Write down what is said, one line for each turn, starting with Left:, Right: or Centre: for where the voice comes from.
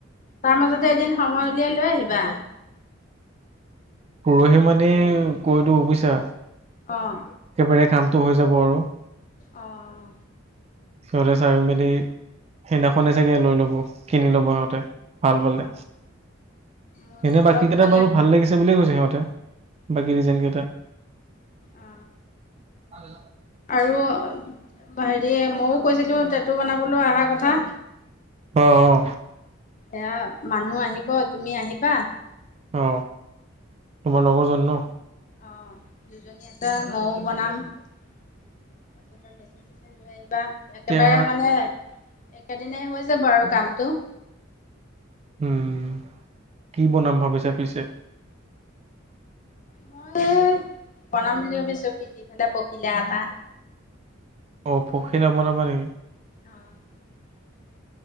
Left: তাৰ মাজতে এদিন সময় উলিয়াই লৈ আহিবা?
Right: পৰহি মানে কৈ দিও বুজিছা?
Left: অঁ!
Right: একেবাৰে কামটো হৈ যাব আৰু।
Left: অহ!
Right: সিহঁতে চাই মেলি, সেইদিনাখনে চাগে লৈ লব, কিনি লব সিহঁতে। ভাল পালে,
Left: অ মোৰো
Right: এনে
Left: অলপ
Right: বাকীকেইটা
Left: মানে
Right: বাৰু ভাল লাগিছে বুলিয়ে কৈছে সিহঁতে। বাকী
Left: উম
Right: ডিজাইনকেইটা
Left: অ
Right: হয়
Left: আৰু হেৰি ময়োও কৈছিলো টেঁটু বনাবলৈ অহা কথা?
Right: অ-অ
Left: এয়া মানুহ আহিব, তুমি আহিবা।
Right: অ তোমাৰ লগৰজন ন?
Left: অ দুজনী আছে ময়ো বনাম। তাৰপাছতে মেচিন চেচিন লৈ আহিবা
Right: এতিয়া
Left: একেবাৰে মানে একেদিনে হৈ যাব আৰু কামটো
Right: উম কি বনাম ভাবিছা পিছে
Left: মই বনাম বুলি ভাবিছো পিঠিফালে পখিলা এটা
Right: অ পখিলা বনাবা নি
Left: অ